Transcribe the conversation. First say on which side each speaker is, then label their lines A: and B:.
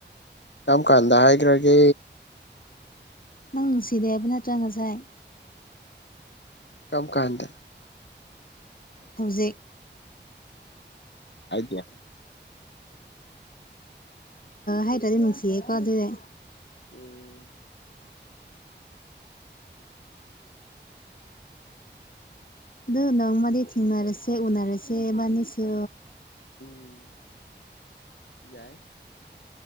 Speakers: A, on the left (about 70°); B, on the left (about 50°).
A: ꯀꯔꯝ ꯀꯥꯟꯗ ꯍꯥꯏꯈ꯭ꯔꯒꯦ
B: ꯅꯪ ꯅꯨꯡꯁꯤꯗꯦ ꯍꯥꯏꯕ ꯅꯠꯇ꯭ꯔ ꯉꯁꯥꯏ
A: ꯀꯃ ꯀꯥꯟꯗ
B: ꯍꯧꯖꯤꯛ
A: ꯍꯥꯏꯗ
B: ꯍꯥꯏꯗ꯭ꯔꯗꯤ ꯅꯨꯡꯁꯤꯌꯦꯀꯣ ꯑꯗꯨꯗꯤ
A: <inaudible>
B: ꯑꯗꯨ ꯅꯪ ꯃꯗꯤ ꯊꯦꯡꯅꯔꯁꯦ ꯎꯅꯔꯁꯦꯕꯥꯅꯤꯁꯨ
A: ꯎꯝ ꯌꯥꯏ